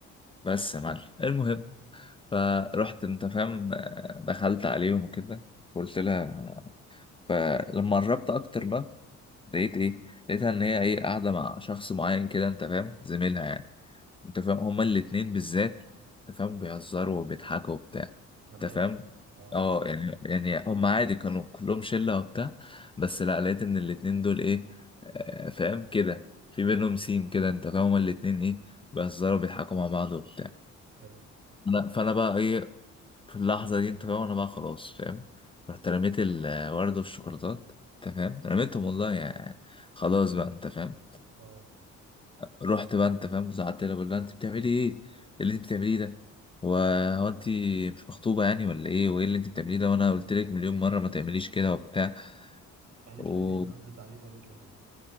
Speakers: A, on the left (about 20°); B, on the right (about 65°).
A: بس يا معلم المهم فرحت انت فاهم دخلت عليهم وكده قلت لها فلما قربت اكتر بقى لقيت ايه لقيتها ان هي ايه قاعده مع شخص معين كده انت فاهم زميلها يعني انت فاهم هما الاتنين بالذات انت فاهم بيهزروا وبيضحكوا وبتاع
B: كمان
A: انت فاهم
B: اه
A: اه يعني يعني هما عادي كانوا كلهم شله وبتاع بس لا لقيت ان الاتنين دول ايه آه، فاهم كده في بينهم سيم كده انت فاهم هما الاتنين ايه بيهزروا وبيضحكوا مع بعض وبتاع
B: حلو
A: انا فانا بقى ايه في اللحظة دي انت فاهم انا بقى خلاص فاهم رحت رميت الورد والشوكولاتات انت فاهم رميتهم والله يعني خلاص بقى انت فاهم
B: اه
A: ورحت بقى انت فاهم زعلت لها بقول لها انت بتعملي ايه إيه اللي انت بتعمليه ده هو هو انت مش مخطوبة يعني ولا ايه وايه اللي انت بتعمليه ده وانا قلت لك مليون مرة ما تعمليش كده وبتاع
B: قالت
A: وبس
B: لك ايه ردت عليك قالت لك ايه